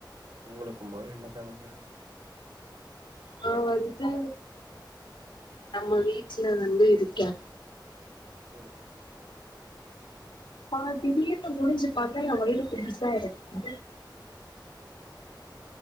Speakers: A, on the right; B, on the left.
A: உங்களுக்குமா என்ன கனவு
B: நா வந்து நம்ம வீட்ல வந்து இருக்கே
A: ம்
B: பா திடீர்னு குனிஞ்சு பாத்தா என் வயிறு பெருசா இருக்கு
A: ம்